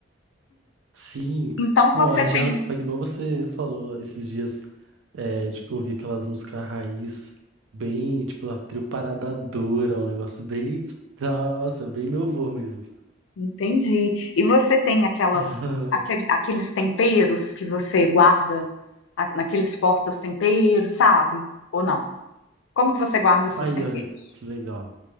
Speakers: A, on the right; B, on the left.
A: Sim,
B: Então você
A: não, aí
B: tem,
A: já faz igual você falou esses dias, é, de que eu ouvi aquelas músicas raiz, bem, tipo, a trio Paradadora, um negócio bem, nossa, bem meu vô mesmo.
B: entendi. E você tem aquelas,
A: <laughs>
B: aquele- aqueles temperos que você guarda a- naqueles portas-temperos, sabe? Ou não? Como que você guarda os seus
A: Aí,
B: temperos?
A: olha que legal,